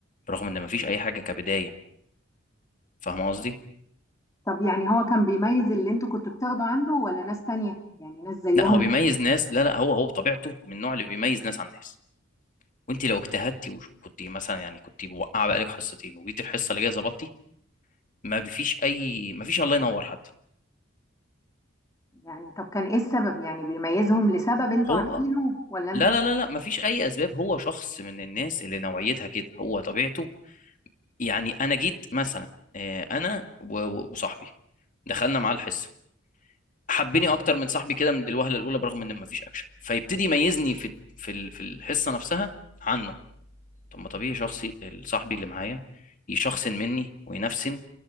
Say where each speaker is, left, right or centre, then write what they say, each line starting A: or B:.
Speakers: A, on the left; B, on the left.
A: برغم ان مفيش اي حاجه كبدايه فاهم قصدي
B: طب يعني هو كان بيميز اللي انتوا كنتوا بتاخدوا عنده ولا ناس تانية يعني ناس زيهم
A: لا هو بيميز ناس لا لا هو هو بطبيعته من النوع اللي بيميز ناس عن ناس وانت لو اجتهدتي وكنت مثلا يعني كنت موقعه بقالك حصتين وجيت الحصه اللي جايه ظبطتي ما فيش اي ما فيش الله ينور حتى
B: يعني طب كان ايه السبب يعني بيميزهم لسبب انتوا
A: هو
B: عارفينه ولا انتوا
A: لا
B: مش
A: لا لا لا ما فيش اي اسباب هو شخص من الناس اللي نوعيتها كده هو طبيعته يعني انا جيت مثلا آه، انا و- و- وصاحبي دخلنا معاه الحصه حبني اكتر من صاحبي كده من الوهله الاولى برغم ان ما فيش اكشن فيبتدي يميزني في في ال- في الحصه نفسها عنه طب ما طبيعي شخصي صاحبي اللي معايا يشخصن مني وينفسن